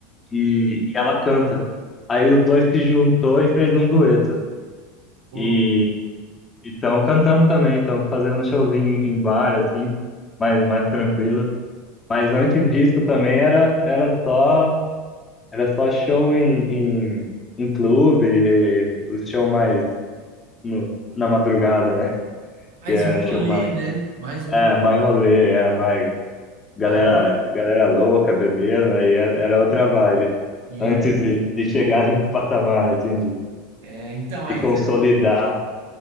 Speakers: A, on the left; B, on the right.
A: e, e ela canta. Aí os dois se juntou e fez um dueto.
B: ô,
A: E estão cantando também, estão fazendo um showzinho em bar, assim, mais, mais tranquilo. Mas antes disso também era, era só, era só show em, em, em clube, e o show mais no, na madrugada, né?
B: Mais
A: Que é
B: rolê,
A: o show mais
B: né? Mais rolê.
A: É, mais rolê, é, mais galera,
B: Aí,
A: galera louca bebendo, aí era era outra vibe.
B: e,
A: Antes de, de chegar <laughs> nesse patamar, assim, de,
B: é, então, aí
A: de consolidar.
B: você